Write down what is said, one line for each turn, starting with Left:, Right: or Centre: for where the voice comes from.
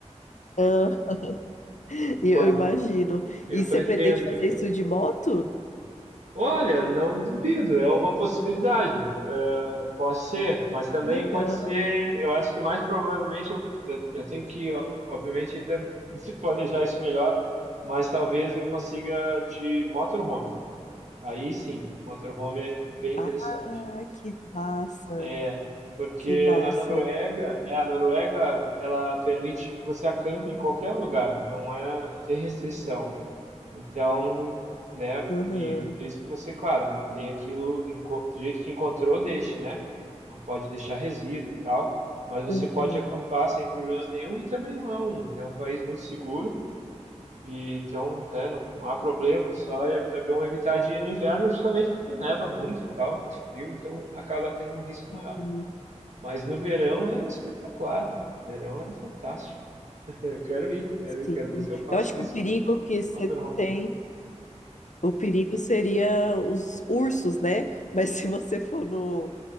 Left: Ah, <laughs>
Right: Mas
Left: e eu imagino.
Right: eu, eu
Left: E você
Right: pretendo
Left: pretende fazer isso de moto?
Right: Olha, não duvido, é uma possibilidade. É, pode ser, mas também
Left: Que legal.
Right: pode ser. Eu acho que mais provavelmente eu, eu eu tenho que, ó, obviamente, ainda <laughs> planejar isso melhor, mas talvez eu consiga de motorhome. Aí sim, motorhome é bem
Left: Ah,
Right: interessante.
Left: que massa,
Right: É, porque
Left: que massa.
Right: na Noruega, é, a Noruega, ela permite que você acampe em qualquer lugar, não é, não tem restrição. Então, né?
Left: Aham,
Right: E desde que você, claro, mantenha aquilo enco- do jeito que encontrou, deixe, né? Não pode deixar resíduo e tal. Mas você
Left: aham,
Right: pode acampar sem problemas nenhum e também não é um, é um país muito seguro. E então, né, não há problema. Só é, é bom evitar de ir no inverno justamente porque neva muito e tal, é muito frio, então acaba tendo um risco maior.
Left: Sim,
Right: Mas no verão é espetacular. O Verão é fantástico. <laughs> Eu quero ir, quero ir,
Left: sim.
Right: quero ver se eu faço
Left: Eu acho
Right: isso
Left: que o perigo que você
Right: no motorhome.
Left: tem O perigo seria os ursos, né? Mas se você for no,